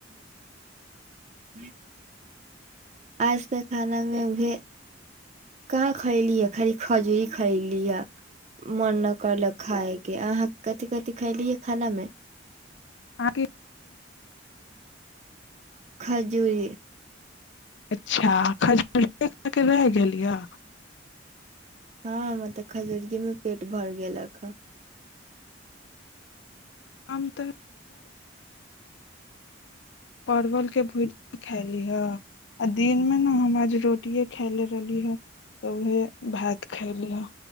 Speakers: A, on the right; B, on the left.
A: <inaudible> आज तऽ खानामे उहे कहाँ खयली ह खाली खजूरी खयली ह मन न करलक खायके अहाँ कथि कथि खयली ह खानामे
B: अहाँ के
A: खजूरी
B: अच्छा खजूरीये खा के रह गेली ये
A: हँ मतलब खजूरियएमे पेट भर गेलक ह
B: हम तऽ परवलके भुजिया खयलीह आ दिनमे ने हम आज रोटिए खयले रहली ह तऽ उएह भात खयलीहे